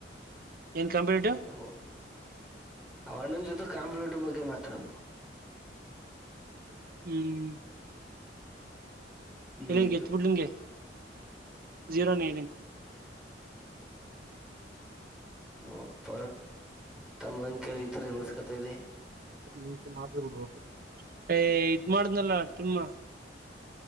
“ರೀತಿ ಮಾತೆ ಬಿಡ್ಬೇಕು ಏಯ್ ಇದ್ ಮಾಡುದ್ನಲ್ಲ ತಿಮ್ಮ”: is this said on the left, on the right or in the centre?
Right